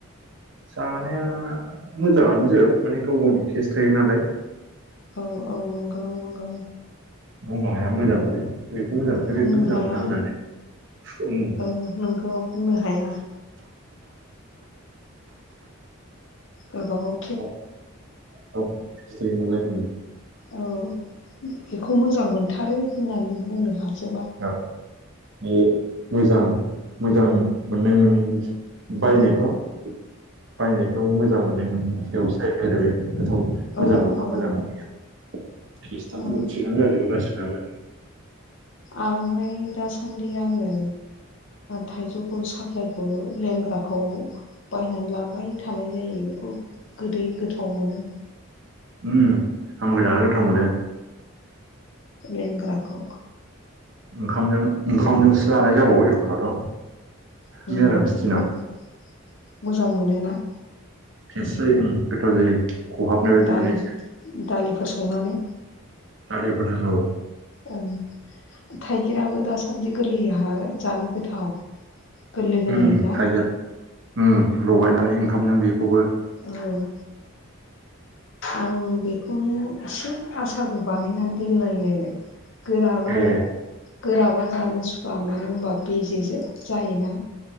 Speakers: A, on the right (about 55°); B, on the left (about 60°).
A: जानाया मोजांङानो जोब माने गाव गाव टेस थायोनालाय।
B: औ औ नंगौ नंगौ
A: बुंनो हाया मोजां मोनो बेखौ मोजां मोनो
B: बुंनो
A: बेखौ मोजां
B: हाया
A: मोना होननानै अम
B: औ नोंगौ बुंनो हाया। गावबा गाव
A: <unintelligible>
B: औ बेखौ मोजां मोनथारो होननानैबो बुंनो हाजोबा।
A: औ बे मोजां मोजां मोननाय मोनैनि बायनायफ्राव
B: औ
A: बायनाय खौ मोजां मोनो बेनि सायावसो जाहैबाय बे मोजां
B: औ
A: नंङि
B: औ
A: मोजां नंयिया टेसाथ
B: औ
A: थिक आनो जाजोबो गासिबनाबो
B: ओमफ्राय दासान्दि आङो थाइजौखौ साप्लायखौ लेंग्राखौ बायनानै लाबोबाय थानाय जायो बेखौ गोदै गोथाव मोनो।
A: अम आंबो जानो गोथाव मोनो।
B: लेंग्राखौ
A: ओंखामजों ओंखामजोंसो जानाय जाबावो एखमबाथ'
B: उम
A: मिरामिस दिनाव थेस जायो गोथाव जायो खहाबनाय बायदि
B: दालि
A: मानो
B: दालिफोर संनानै
A: दालिफोर नांगौ
B: औ थाइगिराबो दासान्दि गोरलैहा जानो गोथाव गोरलै गोरलै
A: उम
B: ना
A: थाइगिर लगायनानै ओंखाम नों बेखौबो
B: औ आं बेखौनो एसे आसारबो बानायनानै दोनलायलायबाय गोराबा
A: ए
B: गोराबा जानो सुखवा मानो होनबा बेे जायोना